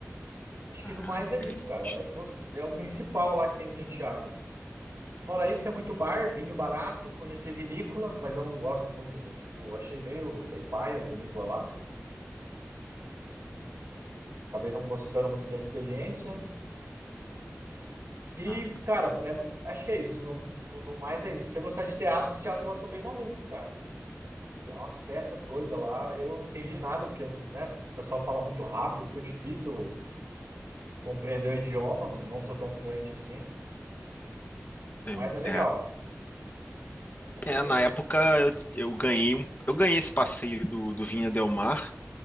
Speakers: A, on the right; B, on the left.
A: Acho
B: Ah,
A: que no mais
B: interessante.
A: é isso, cara. Acho que é o principal lá que tem em Santiago. Fora isso, é muito bar, vinho barato, conheci vinícola, mas eu não gosto muito assim, tipo, eu achei meio bem paia as vinícolas lá. Acabei não gostando muito da experiência. E,
B: Ah,
A: cara, é- acho que é isso. No, no mais é isso. Se você gostar de teatro, os teatros lá são bem malucos, cara. Tem umas peças doidas lá. Eu não entendi nada, porque, né, o pessoal fala muito rápido, ficou difícil compreender o idioma, não, não sou tão fluente assim,
B: é,
A: mas é legal.
B: é-
A: Acho
B: é,
A: que é.
B: na época eu, eu ganhei um, eu ganhei esse passeio do, do Vinha Del Mar